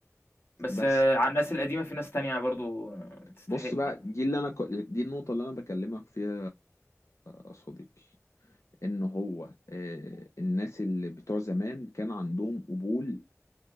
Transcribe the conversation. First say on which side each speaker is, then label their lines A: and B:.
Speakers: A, on the left (about 45°); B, on the left (about 70°).
A: بس
B: بس
A: آه، على الناس القديمة في ناس تانية برضه تستحق
B: بص بقى
A: يعني،
B: دي اللي أنا ك- دي النقطة اللي أنا بكلمك فيها يا صديقي ان هو آه، الناس اللي بتوع زمان كان عندهم قبول